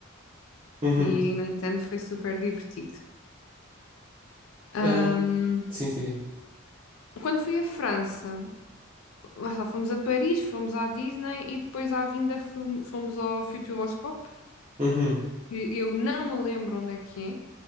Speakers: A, on the right; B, on the left.
A: Uhum.
B: e, no entanto, foi super divertido.
A: Ahm,
B: Ahm,
A: sim, sim, sim.
B: quando fui à França, lá está, fomos a Paris, fomos à Disney e depois à vinda fom- fomos ao Futuroscope,
A: Uhum.
B: que eu não me lembro onde é que é,